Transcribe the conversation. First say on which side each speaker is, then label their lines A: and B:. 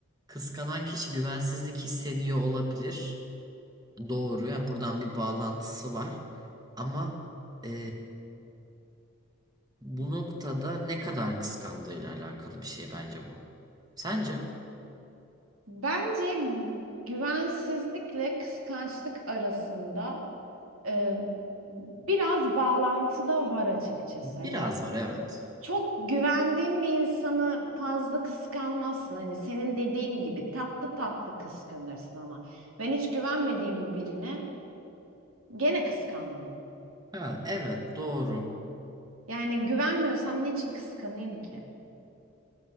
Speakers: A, on the right; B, on the right.
A: kıskanan kişi güvensizlik hissediyor olabilir. Doğru. Yani buradan bir bağlantısı var. Ama e, bu noktada ne kadar kıskandığıyla alakalı bir şey bence bu. Sence?
B: Bence güvensizlikle kıskançlık arasında e, biraz bağlantı da var açıkçası.
A: Biraz
B: Hani
A: var evet.
B: çok güvendiğin bir insanı fazla kıskanmazsın. Hani senin dediğin gibi tatlı tatlı kıskanırsın ama ben hiç güvenmediğim birine gene kıskanmam.
A: Ha evet doğru.
B: Yani güvenmiyorsam niçin kıskanayım ki?